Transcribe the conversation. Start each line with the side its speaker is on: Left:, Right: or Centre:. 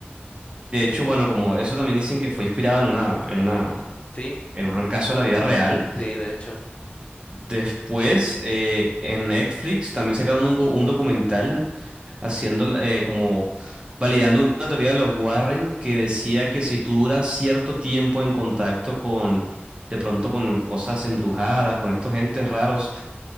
Right: De hecho, bueno, como eso también dicen que fue inspirado en una, en una,
Left: Sí,
Right: en un
Left: sí,
Right: caso de la vida real.
Left: sí, de hecho,
Right: Después, eh, en Netflix también sacaron un, go- un documental haciendo eh, como validando una teoría de los Warren que decía que si tú duras cierto tiempo en contacto con, de pronto con cosas embrujadas, con estos entes raros,